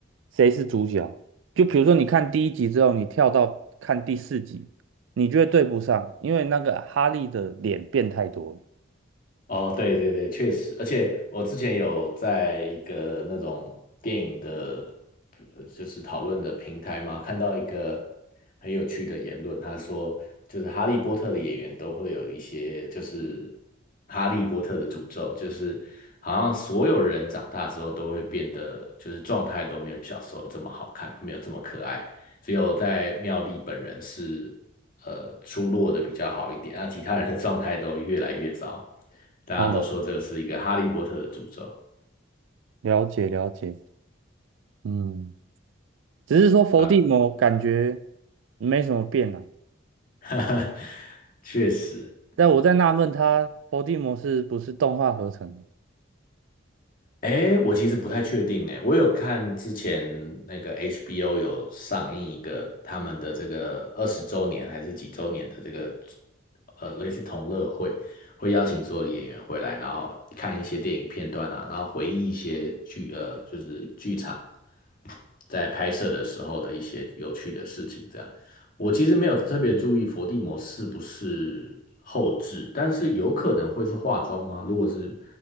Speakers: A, on the right; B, on the left.
A: 谁是主角。就比如说，你看第一集之后，你跳到看第四集，你就会对不上，因为那个哈利的脸变太多了。
B: 哦，对对对，确实，而且我之前有在一个那种电影的，呃就是讨论的平台嘛，看到一个很有趣的言论，他说就是《哈利波特》的演员都会有一些就是《哈利波特》的诅咒，就是好像所有人长大之后都会变得就是状态都没有。小时候。没有这么可爱，只有在妙丽本人是呃出落的比较好一点，那其他人的状态都越来越糟，大家都说这个是一个哈利波特的诅咒，
A: 哦，了解了解，嗯，只是说伏地魔感觉
B: <laughs> 对吧？
A: 没什么变啊。
B: <laughs> 确实，
A: 但我在纳闷，他伏地魔是不是动画合成的？
B: 哎，我其实不太确定，哎，我有看之前那个 HBO 有上映一个他们的这个二十周年还是几周年的这个呃类似同乐会，会邀请所有的演员回来，然后看一些电影片段啊，然后回忆一些剧呃就是剧场在拍摄的时候的一些有趣的事情。这样，我其实没有特别注意伏地魔是不是后置，但是有可能会是化妆吗？如果是